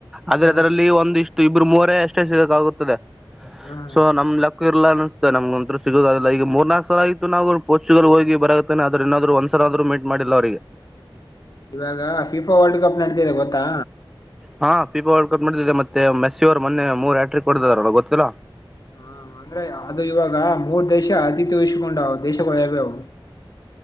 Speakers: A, in the centre; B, on the left (about 45°).
A: ಆದ್ರೆ
B: ಹ್ಮ
A: ಅದರಲ್ಲಿ ಒಂದ ಇಷ್ಟು ಇಬ್ಬರು ಮೂರ ಅಷ್ಟೇ ಸಿಗಕಾಗುತ್ತದೆ
B: ಹ್ಮ
A: ಸೊ ನಮ ಲಕ್ <unintelligible> ಅಸ್ತೆ ನಮ್ಗ ಒಂ ಸಿಗುದದುಲ್ಲ ಈಗ ಮೂರ್ನಾಕು ಆಯ್ತು ನಾವು ಪೋರ್ಚುಗಲ್ ಹೋಗಿ ಬರತ್ತೇನೆ ಆದ್ರ ಇನ್ನನಾದ್ರು ಒಂದ್ಸಲ ಆದ್ರೂ ಮೀಟ್ ಮಾಡಿಲ್ಲ ಅವರಿಗೆ
B: ಇವಾಗ ಫಿಫಾ ವರ್ಲ್ಡ್ ಕಪ್ ನಡಿತಿದೆ ಗೊತ್ತಾ
A: ಹಾ ಪೀಪಾ ವರ್ಡ್ ಕಪ್ ಮಾಡಡಿದ್ದಿದೆ ಮತ್ತೆ ಮೆಸಿಯವರ್ ಮೊನ್ನೆ ಮೂರ್ ಆ್ಯಟ್ರಿಕ್ ಹೋಡ್ದಾರೆ ಒಳಗೆ ಗೊತ್ತಿಲ್ಲಾ
B: ಹಾ ಅಂದ್ರೆ ಅದು ಇವಾಗ ಮೂರ್ ದೇಶ ಅತಿಥಿ ವಹಿಸ್ಕೊಂಡವ್ ದೇಶಗಳ್ ಯಾವ್ಯಾವು